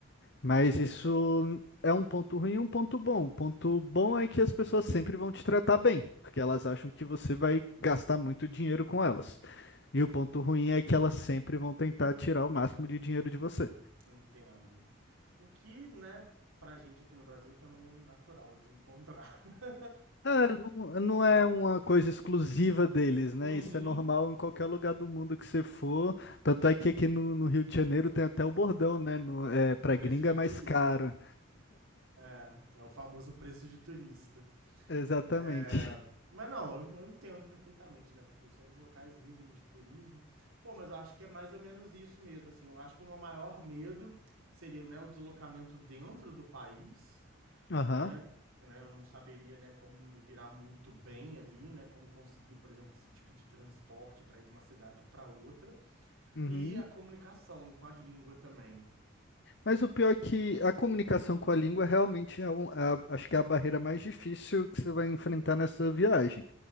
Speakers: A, on the left; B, on the right.
A: Mas isso é um ponto ruim e um ponto bom. O ponto bom é que as pessoas sempre vão te tratar bem, porque elas acham que você vai gastar muito dinheiro com elas. E o ponto ruim é que elas sempre vão tentar tirar o máximo de dinheiro de você.
B: Entendo. O que, né, pra gente aqui no Brasil também é natural de encontrar. <laughs>
A: É, não, não é uma coisa exclusiva deles, né?
B: Uhum.
A: Isso é normal em qualquer lugar do mundo que você for. Tanto é que aqui no, no Rio de Janeiro tem até o bordão, né? No, é, pra
B: Preço
A: gringa
B: de
A: é mais
B: turista.
A: caro.
B: É, é o famoso preço de turista.
A: Exatamente.
B: É, mas não, eu- eu entendo perfeitamente, né? Os os locais vivem de turismo. Pô, mas eu acho que é mais ou menos isso mesmo, assim. Eu acho que o meu maior medo seria, né, o deslocamento dentro do país
A: Aham.
B: né? né, Eu não saberia, né, como me virar muito bem ali, né, como conseguir, por exemplo, esse tipo de transporte para ir de uma cidade para outra
A: Uhum.
B: e a comunicação com a língua também.
A: Mas o pior é que a comunicação com a língua realmente é um, é a- acho que é a barreira mais difícil que você vai enfrentar nessa viagem.